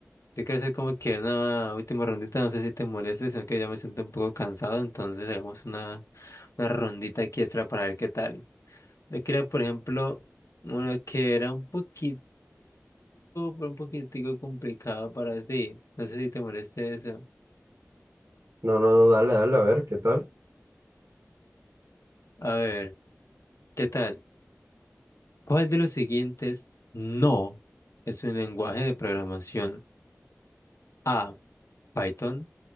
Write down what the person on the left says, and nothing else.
Yo quiero hacer como que una última rondita, no sé si te moleste, sino que ya me siento un poco cansado, entonces hagamos una, una rondita aquí extra para ver qué tal. Yo quería, por ejemplo, uno que era un poquitico, pero un poquitico complicado para ti. No sé si te moleste eso.
A ver, ¿qué tal? ¿Cuál de los siguientes no es un lenguaje de programación? A, Python,